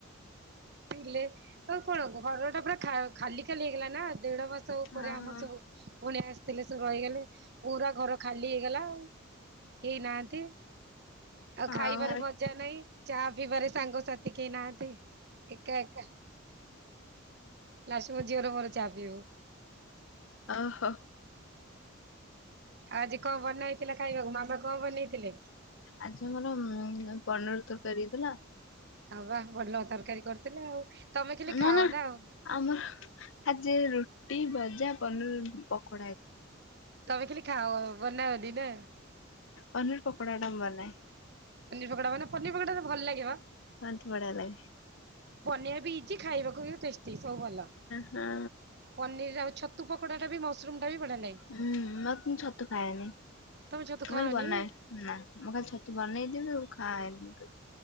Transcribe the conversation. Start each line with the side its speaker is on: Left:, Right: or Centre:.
Right: ଥିଲେ ଆଉ କଣ ଘର ଟା ପୁରା ଖାଲି ଖାଲି ହେଇଗଲା ନା ଦେଢ ମାସ ଉପରେ
Left: ହଁ
Right: ଆମର ସବୁ ପୁଣି ଆସିଥିଲେ ସବୁ ରହିଗଲେ ପୁରା ଘର ଖାଲି ହେଇଗଲା ଆଉ କେହି ନାହା ଆଉ
Left: ହଁ
Right: ଖାଇବାରେ
Left: ଘରେ
Right: ମଜା ନାହିଁ ଚାହା ପିଇବାରେ ସାଙ୍ଗସଥି କେହି ନାହାନ୍ତି। ଏକା ଏକା ଲାଷ୍ଟ ମ ଝିଅର ମୋର ଚା ପିଇବୁ।
Left: ଓହୋ
Right: ଆ ଆଜି କଣ ବନେଇଥିଲେ ଖାଇବାକୁ ମାମା କଣ ବନେଇଥିଲେ?
Left: ଆଜି ଆମର ପନିର ତରକାରୀ ହେଇଥିଲା।
Right: ହବା ଭଲ ତରକାରୀ କରିଥିଲେ ଆଉ। ତମେ ଖାଲି
Left: ନା
Right: ଖାଅ
Left: ନା
Right: ଆଉ।
Left: ଆମର ଆଜି ରୁଟି ଭଜା ପନିର ପକୋଡା ହେ
Right: ତମେ ଖାଲି ଖାଅ ବନାଅନି ନା
Left: ପନିର ପକୋଡା ନ ବନାଏ।
Right: ପନିର ପକଡା ମାନେ ପନିରଟା ପକୋଡା ଭଲ ଲାଗେ ବା।
Left: ଖାଆନ୍ତି ବଢିଆ ଲାଗେ।
Right: ବନେଇବା ବା ବି ଇଜି। ଖାଇବାକୁ ବି ଟେଷ୍ଟୀ ସବୁ ଭଲ।
Left: ହଁ
Right: ପନିର ଆଉ ତୁ ପକଡାଟା ବି ମସ୍ତ ଶ୍ରୁମ୍ ଟା ବି ବଢିଆ ଲାଗେ
Left: ହୁଁ ମ ଛତୁ ଖାଏନି ମୁଁ
Right: ତମେ ଛତୁ ଖାଅନି?
Left: ଖାଲି ବନାଏ। ନା ମୁଁ ଖାଲି ଛତୁ ବନେଇଦେବି ଆଉ ଖାଏନି କିନ୍ତୁ।